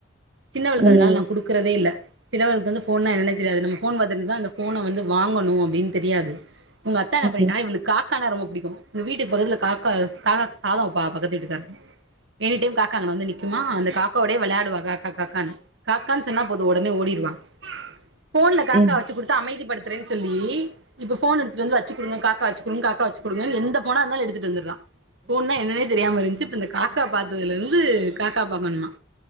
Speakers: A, on the right (about 70°); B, on the right (about 30°).
A: சின்னவளுக்கு
B: ம்.
A: அதனால நா குடுக்குறதே இல்ல சின்னவளுக்கு வந்து போன்னா என்னென்னே தெரியாது நம்ம போன் பாத்துடு இருந்தா அந்த போன வந்து வாங்கணு அப்படின் தெரியாது உங்க அத்தா என்ன
B: ம்.
A: பண்ணிட்டா இவளுக்கு கா க்கானா ரொம்ப புடிக்கு இந்த வீட்டுக்கு பக்கத்துல காக்கா காக்கா சாதம் வப்பா பக்கத்து வீட்டுக்காரு எனி டைம் காக்கா அங்க வந்து நிக்குமா அந்த காக்கோடே விளையாடுவா காக்கா காக்கான்னு காக்கான்னு சொன்னா போது உடனே ஓடிடுவா போன்ல காக்கா
B: ம்.
A: வச்சு குடுத்து அமைதிப்படுத்த தரேன் சொல்லி இப்ப போன் எடுத்துட்டு வந்து வச்சு குடுங்க காக்கா வச்சு குடுங்க காக்கா வச்சு குடுங்க எந்த போனா இருந்தாலு எடுத்துட்டு வந்துடுறா போன்னா என்னன்னே தெரியாம இருந்துச்சு இப்ப இந்த காக்கா பாத்ததுல இருந்து காக்கா பாக்கணுமா